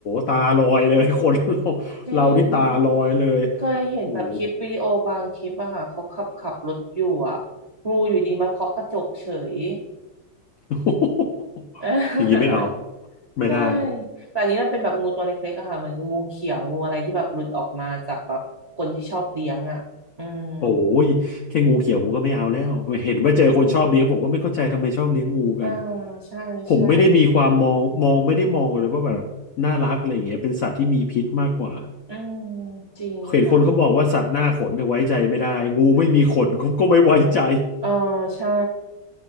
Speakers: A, on the left (about 80°); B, on the right (about 60°).
A: ตาลอยเลย <laughs> คนเรา
B: จริง
A: เราที่ตาลอยเลย
B: เคยเห็นแบบคลิปวิดีโอบางคลิปอะค่ะเขาขับขับรถอยู่อะงูอยู่ดีมาเคาะกระจกเฉย
A: โอ้โห <laughs>
B: <laughs> เออ
A: อย่างนี้ไม่เอาไม่ได้
B: ใช่แต่อันนี้มันเป็นแบบงูตัวเล็กๆอะค่ะเหมือนงูเขียวงูอะไรที่แบบหลุดออกมาจากแบบคนที่ชอบเลี้ยงอะอืม
A: โอ้ยแค่งูเขียวผมก็ไม่เอาแล้วเห็นว่าเจอคนชอบเลี้ยงผมก็ไม่เข้าใจทำไมชอบเลี้ยงงูกัน
B: อ่าใช่ใช่
A: ผมไม่ได้มีความมองมองไม่ได้มองเลยว่าแบบน่ารักอะไรอย่างเงี้ยเป็นสัตว์ที่มีพิษมากกว่า
B: อืมจริงค่ะ
A: เห็นคนเขาบอกว่าสัตว์หน้าขนเนี่ยไว้ใจไม่ได้งูไม่มีขน <laughs> ก็ไม่ไว้ใจ
B: เออใช่